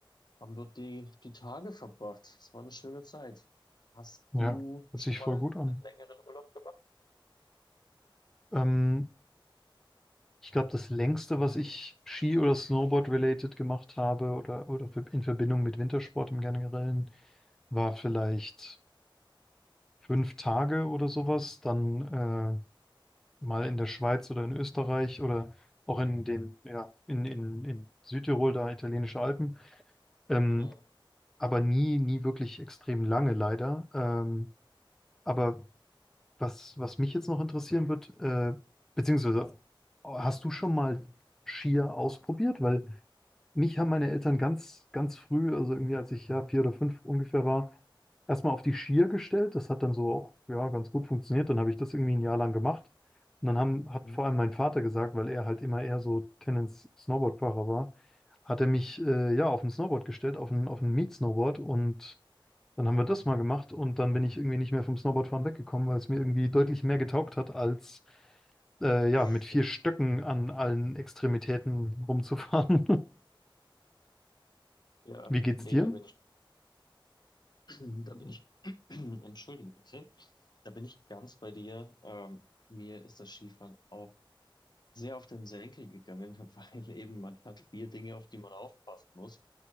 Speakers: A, on the left (about 55°); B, in the centre.
A: haben dort die, die Tage verbracht. Es war eine schöne Zeit. Hast
B: Ja,
A: du
B: hört
A: schon
B: sich
A: mal
B: voll gut an.
A: einen längeren Urlaub gemacht?
B: Ähm, Ich glaube, das längste, was ich Ski- oder Snowboard-related gemacht habe oder, oder für- in Verbindung mit Wintersport im Generellen, war vielleicht fünf Tage oder sowas. Dann äh, mal in der Schweiz oder in Österreich oder auch in den, ja, in, in, in Südtirol, da italienische Alpen. Ähm,
A: Mhm.
B: aber nie, nie wirklich extrem lange, leider. Ähm, aber was, was mich jetzt noch interessieren wird, äh, beziehungsweise hast du schon mal Skier ausprobiert? Weil Mich haben meine Eltern ganz, ganz früh, also irgendwie als ich ja vier oder fünf ungefähr war, erstmal auf die Skier gestellt. Das hat dann so auch ja, ganz gut funktioniert. Dann habe ich das irgendwie ein Jahr lang gemacht. Und dann haben,
A: Mhm.
B: hat vor allem mein Vater gesagt, weil er halt immer eher so Tennis Snowboardfahrer war, hat er mich äh, ja auf ein Snowboard gestellt, auf ein, auf ein Mietsnowboard. Und dann haben wir das
A: Mhm.
B: mal gemacht. Und dann bin ich irgendwie nicht mehr vom Snowboardfahren weggekommen, weil es mir irgendwie deutlich mehr getaugt hat, als äh, ja
A: Stimmt.
B: mit vier Stöcken an allen Extremitäten rumzufahren. <laughs>
A: Ja,
B: Wie geht's
A: nee,
B: dir?
A: da bin ich, <clears throat> da bin ich, <clears throat> entschuldige bitte, da bin ich ganz bei dir. Ähm, mir ist das Skifahren auch sehr auf den Senkel gegangen, <laughs> weil eben man hat vier Dinge, auf die man aufpassen muss.